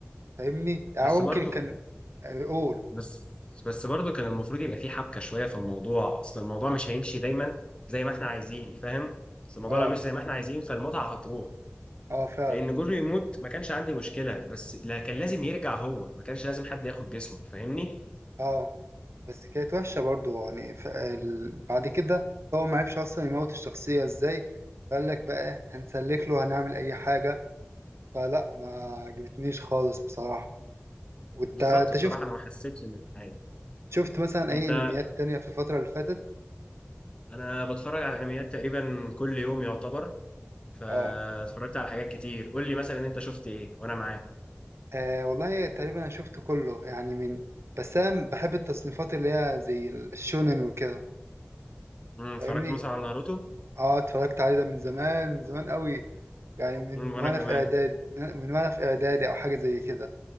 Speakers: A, on the right; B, on the left.
A: فاهمني يعني
B: بس
A: هو ممكن
B: برضو
A: كان آه، قول
B: بس بس برضو كان المفروض يبقى في حبكه شويه في الموضوع اصل الموضوع مش هيمشي دايما زي ما احنا عايزين فاهم؟ بس الموضوع
A: اه
B: لو مش زي ما احنا عايزين فالمتعه هتروح
A: اه فعلا
B: فان جورو يموت ما كانش عندي مشكله بس لا كان لازم يرجع هو ما كانش لازم حد ياخد جسمه فاهمني؟
A: اه بس كانت وحشة برضو يعني ف- ال- بعد كده هو ما عرفش أصلا يموت الشخصية ازاي فقال لك بقى إيه، هنسلك له هنعمل أي حاجة فلا ما عجبتنيش خالص بصراحة وانت
B: بالظبط
A: انت
B: بصراحه
A: شفت
B: انا ما حسيتش ان النهايه
A: شفت مثلا
B: انت
A: أي أنميات تانية في الفترة اللي فاتت؟
B: انا بتفرج على انميات تقريبا كل يوم يعتبر فاتفرجت
A: اه
B: على حاجات كتير قول لي مثلا انت شفت ايه وانا معاك
A: آه، والله تقريبا أنا شفت كله يعني من بس أنا بحب التصنيفات اللي هي زي ال- الشونن وكده
B: امم اتفرجت
A: فاهمني؟
B: مثلا على ناروتو
A: اه اتفرجت عليه ده من زمان من زمان قوي يعني من
B: امم وانا
A: وأنا
B: كمان
A: في إعداد من وأنا في إعدادي أو حاجة زي كده